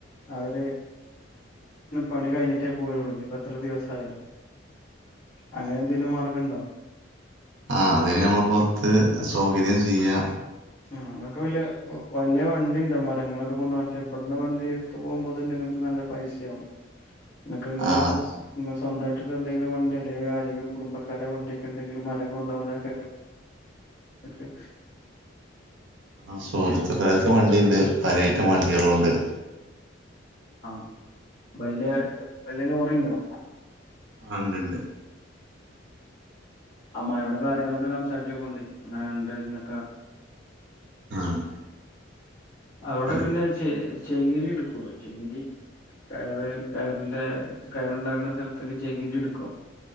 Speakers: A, on the left; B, on the right.
A: അവര് പണി കഴിഞ്ഞിട്ടെ പോരുള്ളൂ ഇനി ഇപ്പോ എത്ര ദിവസയാലും അങ്ങനെന്തെലും മാർഗ ണ്ടോ
B: ആഹ് അതിന് നമ്മൾ പോർത്ത് സൗകര്യം ചെയ്യ
A: ആഹ് ഇങ്ങെൾക്ക് വല്ല്യ വല്ല്യ വണ്ടിണ്ടോ മരങ്ങളോ ക്കെ കോണ്ടാവാൻ ഇവട്ന്ന് വണ്ടിടുത്ത് പോകുമ്പോ നിങ്ങൾക്ക് നല്ല പൈസയാവും ഇങ്ങെക്ക് ഇങ്ങെളെ
B: ആഹ്
A: കാശ് ഇങ്ങേൾ സ്വന്തായിട്ടുള്ളന്തെലും വണ്ടി അല്ലെ കാര്യങ്ങൾ കുടുംബക്കാരെ വണ്ടിയോക്കെണ്ടെങ്കിൽ മരം കോണ്ടോവാനോക്കെ ഒക്കെ
B: അഹ് സുഹൃത്തുക്കാര്ക്ക് വണ്ടിണ്ട് പലയിറ്റം വണ്ടികളും ഉണ്ട്
A: ആഹ് വല്ല്യ വല്ല്യ ലോറിണ്ടോ
B: ആഹ് ണ്ട് ണ്ട്
A: അമ്മായിയോട് കാര്യങ്ങളോക്കെ സംസാരിച്ച് നോക്കോണ്ടി ഇങ്ങനെ ഇണ്ട്ന്നോക്ക
B: ആഹ്
A: അവ്ട
B: പല
A: പിന്നെ ചെ ചെകിരി എടുക്കോ ചെകിരി കയറ് കയർന്റെ കയറുണ്ടാക്കുന്ന സ്ഥലത്ത്ക്ക് ചെകിരി എടുക്കോ